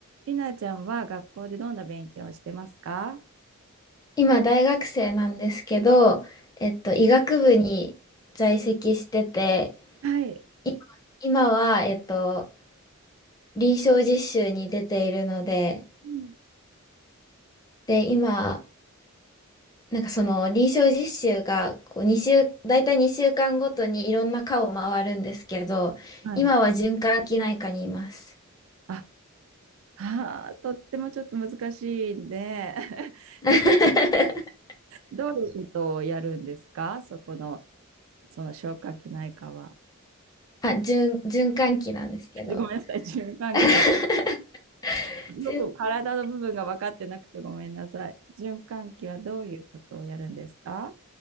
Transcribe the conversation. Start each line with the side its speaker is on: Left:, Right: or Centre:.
Right: りなちゃんは学校でどんな勉強をしてますか
Left: 今大学生なんですけど、えっと、医学部に在籍してて、
Right: はい。
Left: 今、今は、えっと、臨床実習に出ているので、
Right: うん
Left: で、今、なんかその臨床実習がこう2週、
Right: うん
Left: 大体2週間ごとにいろんな科を回るんですけど、
Right: はい。
Left: 今は循環器内科にいます。
Right: あ、はあとってもちょっと難しいんで
Left: <laughs>
Right: <laughs> えっと、どういうことをやるんですかそこの、その消化器内科は。
Left: あ、循、循環器なんですけど。
Right: ごめんなさい、循環器は。
Left: <laughs> 循
Right: よく体の部分が分かってなくてごめんなさい。循環器はどういうことをやるんですか